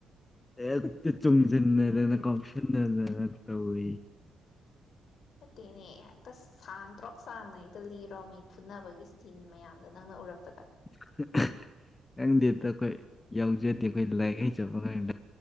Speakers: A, on the left; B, on the left.
A: ꯍꯦꯛꯠꯇ ꯆꯣꯡꯁꯤꯟꯅꯗꯅ ꯀꯥꯎꯁꯤꯟꯅꯗꯅ ꯇꯧꯏ
B: ꯅꯠꯇꯦꯅꯦ ꯍꯦꯛꯇ ꯁꯥꯡꯇꯇꯔꯣꯛ ꯁꯥꯡꯅ ꯍꯦꯛꯇ ꯂꯤꯔꯣꯝꯃꯤ ꯐꯨꯅꯕꯒꯤ ꯁꯤꯟ ꯃꯌꯥꯝꯗꯣ ꯅꯪꯅ ꯎꯔꯛ
A: ꯐꯔ꯭ꯨꯠ ꯆꯪꯗꯦꯗ ꯑꯩꯈꯣꯏ ꯌꯥꯎꯖꯗꯦ ꯑꯩꯈꯣꯏ ꯂꯥꯏꯔꯤꯛ ꯍꯩꯖꯕ ꯑꯉꯥꯡ ꯅꯠ